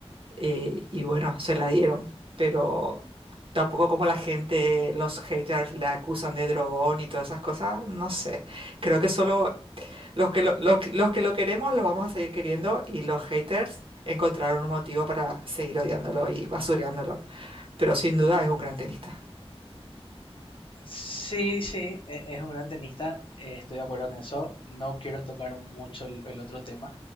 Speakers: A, on the right; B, on the left.
A: eh, y bueno, se la dieron, pero tampoco como la gente, los haters le acusan de drogón y todas esas cosas, no sé. Creo que solo los que lo, lo- los que lo queremos lo vamos a seguir queriendo y los haters encontraron un motivo para seguir odiándolo y basureándolo, pero sin duda es un gran tenista.
B: Sí, sí, e- es un gran tenista, eh, estoy de acuerdo en eso. No quiero tocar mucho el, el otro tema,